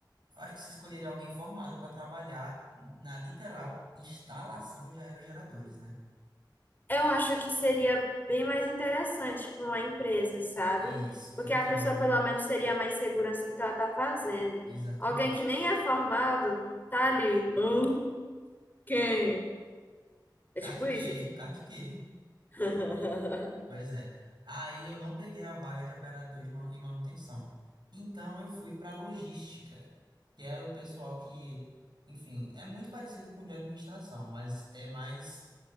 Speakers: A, on the right; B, on the left.
A: eu acho que você escolheria alguém formado para trabalhar na literal instalação de aerogeradores, né?
B: Eu acho que seria bem mais interessante para uma empresa, sabe?
A: Isso.
B: Porque
A: Então,
B: a pessoa pelo menos teria mais segurança do que ela tá fazendo.
A: exatamente.
B: Alguém que nem é formado tá ali. "Hã? Quem? É
A: Card
B: tipo
A: que,
B: isso.
A: card que.
B: <laughs>
A: Pois é. Aí eu não peguei a vaga de operador de man- em manutenção. Então eu fui para logística, que era o pessoal que, enfim, é muito parecido com o de administração, mas é mais,